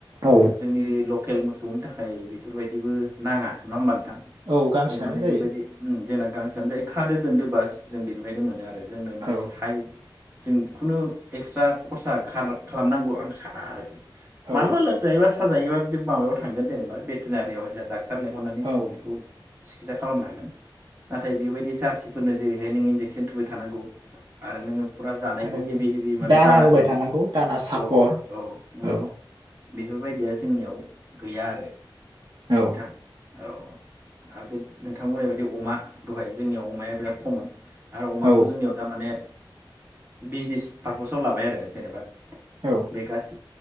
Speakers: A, on the right; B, on the right.
A: औ
B: जोंनि एरियायाव लकेल मोसौनि थाखाय बेफोरबायदिबो नाङा नङा होमबा थां
A: औ गांसोआनो
B: जों माने बेबायदि
A: जायो
B: उम जे <unintelligible> गांसानो जायो खादो दोनदो बास जों बेनिफायनो मोनो आरो। जोंनो माने
A: औ
B: हाइ जों खुनु एक्सट्रा खरसा खार खालामनांगौ आं साना आरोखि। <unintelligible>
A: औ
B: साजायोबा बे माबायाव थांगोन जेनेबा भेटेनारियाव जोंहा डाक टार लेंहरनानै जों
A: औ
B: बेखौ सिकित्सा खालामनो हागोन नाथाय बेबायदि जारसिफोरनो जेरैहाय नों इन्जेकसन थुबाय थानांगौ आरो नोङो पुरा जानायखौ
A: आरो
B: हेभि हेभि माने दाना
A: होबाय
B: होनांगौ
A: थानांगौ दाना सापर
B: औ औ उम।
A: औ
B: बेफोरबायदिया जोंनियाव गैया आरो।
A: औ
B: नोंथां औ आर बे नोंथांमोननाय बायदि अमा दहाय जोंनियाव अमाया बिराद कमन आरो अमाखौ
A: औ
B: जोंनियाव दा माने बिजनेस पार्पसाव लाबाय आरो जेनेबा
A: औ
B: बे गास